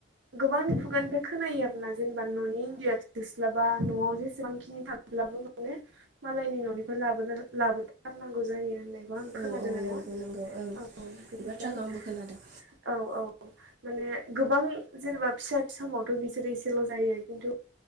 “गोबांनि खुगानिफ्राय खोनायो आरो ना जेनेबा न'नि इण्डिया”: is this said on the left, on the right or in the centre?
Right